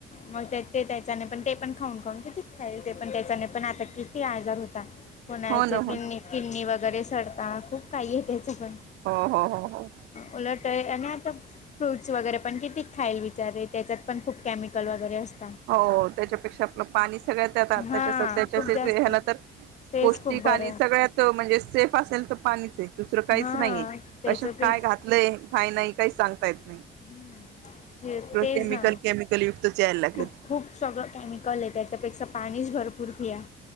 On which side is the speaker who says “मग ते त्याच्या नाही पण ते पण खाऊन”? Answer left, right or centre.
Left